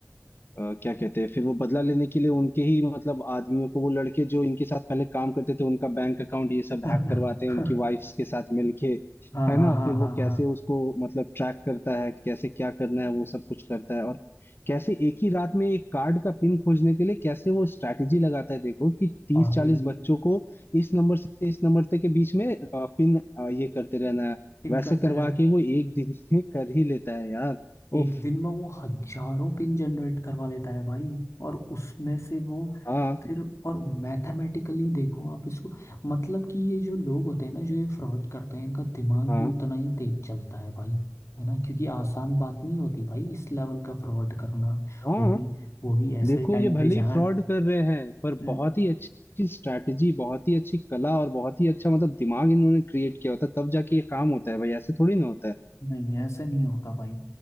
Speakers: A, on the left; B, on the left.
A: अ, क्या कहते हैं फिर वो बदला लेने के लिए उनके ही मतलब आदमियों को वो लड़के जो इनके साथ पहले काम करते थे उनका बैंक अकाउंट ये सब
B: <laughs>
A: हैक करवाते हैं उनकी वाइफ्स के साथ मिलके
B: हाँ
A: है
B: हाँ
A: ना
B: हाँ
A: फिर
B: हाँ
A: वो कैसे
B: हाँ
A: उसको मतलब ट्रैक करता है कैसे क्या करना है वो सब कुछ करता है और कैसे एक ही रात में एक कार्ड का पिन खोजने के लिए कैसे वो स्ट्रैटेजी लगाता है देखो कि तीस
B: भाई
A: चालीस बच्चों को इस नंबर से इस नंबर तक के बीच में पिन ये करते रहना है
B: पिन
A: वैसे
B: करते
A: करवा
B: रहे
A: के वो एक दिन में कर ही लेता है यार
B: एक
A: उफ
B: दिन में वो हजारों पिन जनरेट करवा लेता है भाई और उसमें से वो
A: हाँ
B: फिर और मैथमेटिकली देखो आप इसको मतलब कि ये जो लोग होते हैं ना जो ये फ्रॉड करते हैं इनका दिमाग
A: हाँ
B: भी उतना ही तेज चलता है भाई है ना क्योंकि आसान बात नहीं होती भाई इस लेवल का फ्रॉड करना
A: हाँ
B: वो भी वो भी ऐसे
A: देखो
B: टाइम
A: ये
B: पे
A: भले ही
B: जहाँ
A: फ्रॉड कर रहे हैं पर
B: न-
A: बहुत ही अच्छी स्ट्रैटेजी बहुत ही अच्छी कला और बहुत ही अच्छा मतलब दिमाग इन्होंने क्रिएट किया होता है तब जाके ये काम होता है भाई ऐसे थोड़ी ना होता है
B: नहीं ऐसे नहीं होता भाई